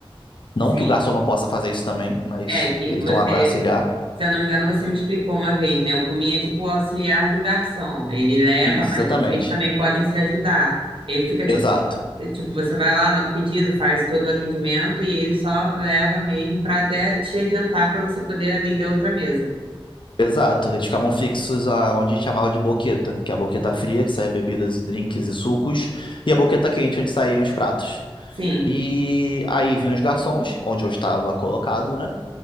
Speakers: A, on the left; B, on the right.
A: Não
B: Sim.
A: que o garçom não possa fazer isso também, mas
B: É que
A: eles
B: você
A: estão lá para auxiliar.
B: Se eu não me engano, você me explicou uma vez, né? O Comin é tipo o auxiliar do garçom. Ele leva,
A: Isso,
B: mas
A: exatamente.
B: vocês também podem se ajudar. Ele fica tipo,
A: Exato.
B: tipo, você vai lá, anota o pedido, faz todo o atendimento e ele só leva mesmo para até te adiantar para você poder atender outra mesa.
A: Exato. Eles ficavam fixos aonde a gente chamava de boqueta, que é a boqueta fria, que saía bebidas e drinks e sucos, e a boqueta quente, onde saíam os pratos.
B: Sim.
A: E aí vinham os garçons, onde eu estava colocado, né?